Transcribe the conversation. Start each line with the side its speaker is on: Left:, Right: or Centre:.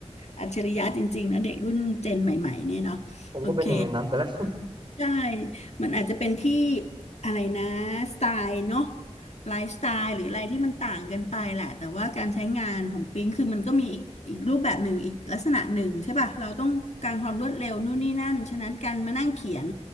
Left: อัจฉริยะจริงๆนะเด็กรุ่นเจนใหม่ๆเนี่ยเนาะโอเค
Right: ผมก็เป็นหนึ่งในนั้นไปแล้ว
Left: ใช่ มันอาจจะเป็นที่อะไรนะสไตล์เนาะไลฟ์สไตล์หรืออะไรที่มันต่างกันไปแหละแต่ว่าการใช้งานของปิ๊งคือมันก็มีอีกอีกรูปแบบหนึ่งอีกลักษณะหนึ่งใช่ป่ะเราต้องการความรวดเร็วนู่นนี่นั่นฉะนั้นการมานั่งเขียน